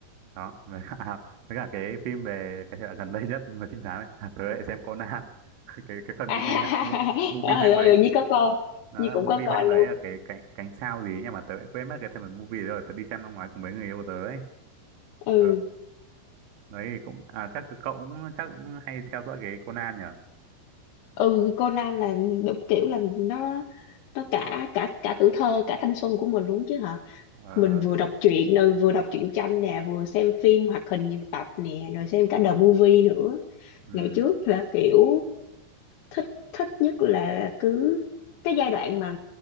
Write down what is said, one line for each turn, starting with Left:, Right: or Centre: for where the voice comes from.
Right: đó với cả <laughs> à, với cả cái phim về cái hệ gần đây nhất mà trinh thám ấy à, tớ lại xem Conan <laughs> cái cái phần
Left: à,
Right: movie
Left: <laughs>
Right: hai- mu- movie
Left: ừ,
Right: hai mấy
Left: ừ Nhi có coi
Right: nó
Left: Nhi
Right: là
Left: cũng
Right: movie
Left: có coi
Right: hai mấy
Left: luôn
Right: là cái cánh cánh sao gì ấy, nhưng mà tớ lại quên mất cái phần movie đấy rồi tớ đi xem năm ngoái cùng mấy người yêu tớ ấy
Left: ừ
Right: Ờ, đấy thì cũng à, chắc cậu cũng chắc cũng hay theo dõi cái Conan nhở
Left: ừ Conan là đúng kiểu là nó nó cả cả cả tuổi thơ cả thanh xuân của mình luôn chứ hả
Right: Ờ,
Left: mình vừa đọc truyện rồi vừa đọc truyện tranh nè vừa xem phim hoạt hình nhiều tập nè rồi xem cả the movie nữa
Right: ừ.
Left: ngày trước là kiểu thích thích nhất là cứ cái giai đoạn mà